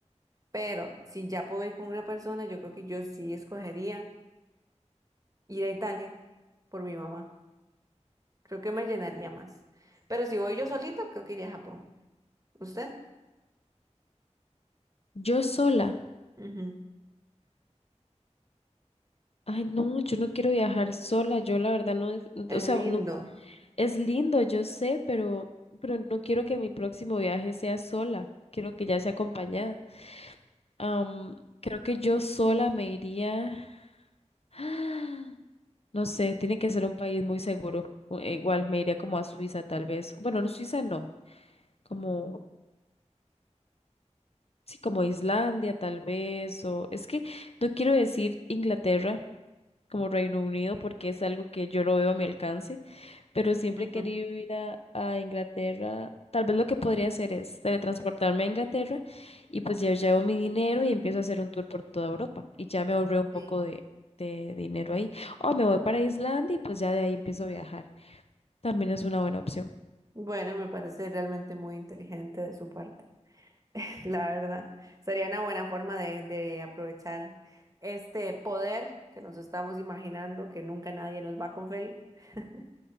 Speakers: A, on the right; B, on the left.
A: Pero si ya puedo ir con una persona, yo creo que yo sí escogería ir a Italia por mi mamá. Creo que me llenaría más. Pero si voy yo solita, creo que iría a Japón. ¿Usted?
B: Yo sola.
A: Ujú.
B: Ay, no, yo no quiero viajar sola, yo la verdad no, dis-
A: Es
B: o sea,
A: lindo.
B: No. no, es lindo, yo sé, pero, pero no quiero que mi próximo viaje sea sola, quiero que ya sea acompañada. Am, creo que yo sola me iría, <sighs> no sé, tiene que ser un país muy seguro, o- e igual me iría como a Suiza tal vez, bueno, no, Suiza no, como, sí, como Islandia tal vez, o es que no quiero decir Inglaterra como Reino Unido porque es algo que yo lo veo a mi alcance pero siempre
A: <laughs>
B: he querido ir a, a Inglaterra. Tal vez lo que podría hacer es teletransportarme a Inglaterra y pues ya llevo mi dinero y empiezo a hacer un tour por toda Europa y ya me ahorré un poco
A: Sí.
B: de, de dinero ahí. O me voy para Islandia y pues ya de ahí empiezo a viajar. También es una buena opción.
A: Bueno, me parece realmente muy inteligente de su parte. La verdad, sería una buena forma de, de aprovechar este poder que nos estamos imaginando que nunca nadie nos va a conferir. <laughs>